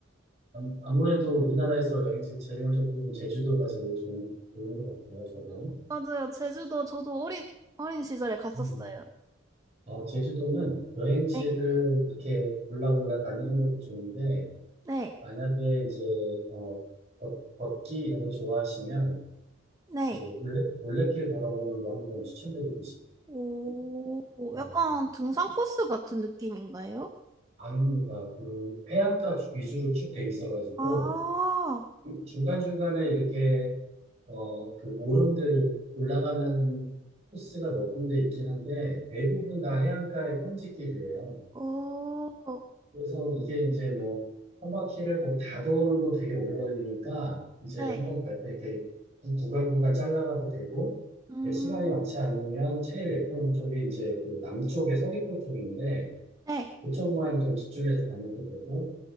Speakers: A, on the right (about 30°); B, on the right (about 15°).
A: 암- 아무래도 우리나라에서 여행지 제일 먼저 보으면 제주도가 제일 좋은, 좋은 것 같고요, 저도.
B: 어, 맞아요. 제주도 저도 어린 어린 시절에 갔었어요.
A: 음. 어, 제주도는 여행지를
B: 네.
A: 이렇게 골라 골라 다니는 것도 좋은데,
B: 네.
A: 만약에 이제, 어, 걷, 걷기 이런 거 좋아하시면,
B: 네.
A: 그 올레, 올레길 걸어보는 거 한번 추천드리고 싶어요.
B: 오,
A: 음,
B: 약간 등산 코스 같은 느낌인가요?
A: 안무가 그 해안가 주- 위주로 쭉 돼 있어가지고,
B: 아,
A: 중간중간에 이렇게, 어, 그 오름들 올라가는 코스가 몇 군데 있긴 한데, 대부분 다 해안가의 평지길이에요.
B: 오,
A: 그래서 이게 이제 뭐, 한 바퀴를 뭐 다 도는 건 되게 오래 걸리니까, 이제
B: 네.
A: 한번 갈 때 이렇게 구- 구간 구간 잘라가도 되고,
B: 음,
A: 이제 시간이 많지 않으면 제일 예쁜 쪽이 이제 그 남쪽의 서귀포 쪽인데,
B: 네.
A: 그쪽만 좀 집중해서 다녀도 되고,